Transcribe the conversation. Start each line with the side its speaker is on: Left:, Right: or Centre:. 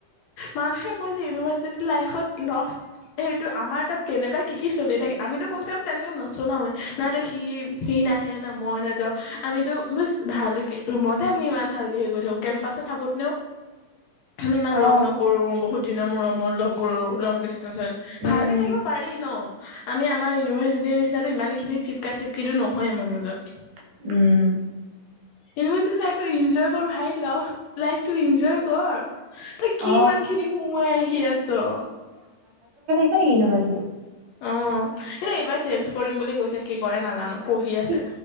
Left: মানুহে কৈছে ইউনিভাৰ্চিটি লাইফত লাভ সেইটো আমাৰ তাত কেনেকুৱা কি কি চলি থাকে আমিতো কমচে কম তেনেকে নচলাওে নাইতো সি সি নাহে মই নাযাও আমিতো বছ ভালকে ৰুমতে আমি ইমান ভালকে হেৰি কৰি থাকো কেম্পাচত থাকো। আমি ইমান লগ
Right: অ
Left: নকৰো বহুত দিনৰ মূৰ মূৰত লগ কৰো লং ডিচ- ভালকে
Right: উম
Left: থাকিব পাৰি ন আমি আমাৰ ইউনিভাৰ্চিটিৰ নিচিনটো ইমানখিনি চিপকা চিপকিটো নহয় আমাৰ মাজত।
Right: উম
Left: ইউনিভাৰ্ছিটি টাইমটো ইঞ্জয় কৰ ভাই লভ লাইফটো ইঞ্জয় কৰ। তই কি
Right: অ
Left: ইমান খিনি সুমুৱাই আহি আছ?
Right: নে ইউনিভাৰ্চিটি
Left: অ কিন্ত এইবাৰ চেঞ্জ কৰিম বুলি কৈছে কি কৰে নাজানো পঢ়ি আছে
Right: সি